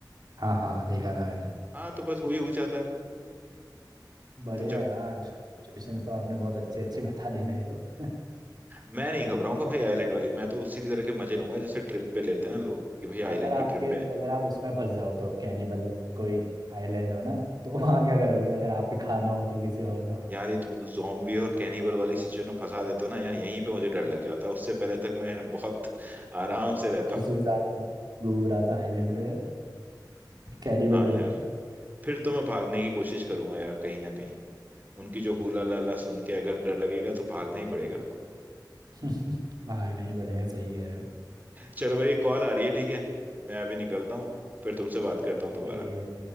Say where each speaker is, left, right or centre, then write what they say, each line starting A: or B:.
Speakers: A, on the right (about 60°); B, on the right (about 25°).
A: हाँ हाँ देखा था मैंने
B: हाँ तो बस वही हो जाता है
A: बढ़िया
B: तो जब
A: यार सिचुएशन तो आपने बहुत अच्छी अच्छी बता दी मेरे को <laughs>
B: मैं नहीं घबराऊंगा भाई आइलैंड वाली मैं तो उसी तरह के मजे लूंगा जैसे ट्रिप पे लेते हैं ना लोग कि भाई
A: अगर
B: आइलैंड
A: आपके
B: की ट्रिप पे हैं।
A: अगर आप उसमें फंस जाओ तो कैनिबल कोई आइलैंड हो ना तो <laughs> वहां क्या करोगे अगर आप ही खाना हो तो किसी और का
B: यार ये तुम जॉम्बी और कैनिबल वाली सिचुएशन में फंसा देते हो ना यार यहीं पे मुझे डर लग जाता है उससे पहले तक मैं बहुत आराम से रहता
A: खुश
B: हूँ
A: मिजाज था घूम रहा था आइलैंड में कैनिबल
B: हाँ
A: मिल
B: यार
A: गए
B: फिर तो मैं भागने की कोशिश करूंगा यार कहीं ना कहीं उनकी जो हुला लाला सुन के अगर डर लगेगा तो भागना ही पड़ेगा
A: <laughs> भागना ही पड़ेगा सही कह रहे हो
B: चलो मेरी कॉल आ रही है ठीक है मैं अभी निकलता हूँ फिर तुमसे बात करता हूँ
A: ओके
B: दोबारा